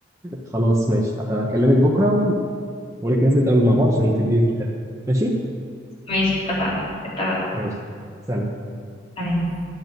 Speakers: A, on the right (about 15°); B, on the left (about 35°).
A: خلاص ماشي هكلمك بكره و... ونتنزل نتقابل مع بعض عشان تديني الكتاب ماشي
B: ماشي اتفقنا اتفقنا
A: ماشي سلام
B: تمام